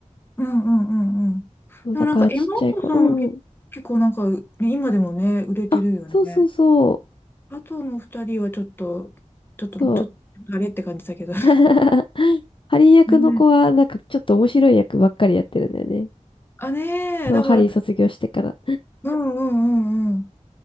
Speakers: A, on the left; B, on the left.
A: うんうんうんうん。
B: そう、
A: でもなんか、
B: だからちっちゃい頃。
A: エマ・ワトソンは結結構なんか、
B: うんうん。
A: ね、今でもね、売れてるよね。
B: あ、そうそうそう。
A: あとの二人はちょっと、ちょっと、
B: そう。
A: ちょっと、あれって感じだけど。
B: <laughs> ハリー役の子は、
A: ね
B: なんかちょっと面白い役ばっかりやってるんだよね。
A: あ、ねえ、
B: そう、
A: だから、
B: ハリー卒業してから。
A: うんうんうんうん。